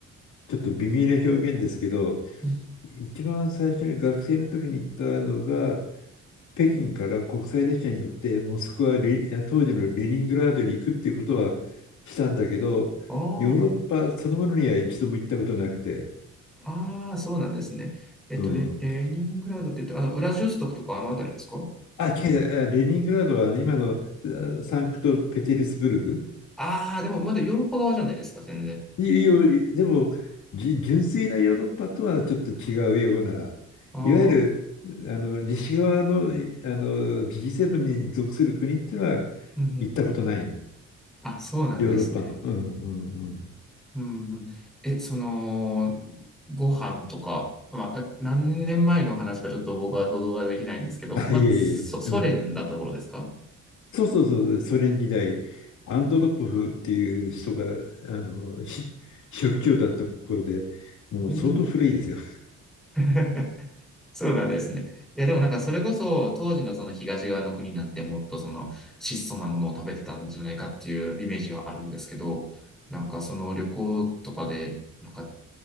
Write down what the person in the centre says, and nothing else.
うん。
あ
あ、ああ、そうなんですね。えっと、
レ、レーニングラードって言って、あの、ウラジオストクとかあの辺りですか
ああー、でもまだヨーロッパ側じゃないですか、全然。
ああ、
うんうん。
あ、そうなんですね。
うんうん。え、その、ご飯とか、まあ、何年前の話かちょっと僕は想像ができないんですけど、
まあ、
ソ、ソ連だった頃ですか
うん。<laughs> そうなんですね。いや、でもなんかそれこそ当時のその東側の国なんてもっとその質素なものを食べてたんじゃないかっていうイメージがあるんですけど、なんかその旅行とかで、なんか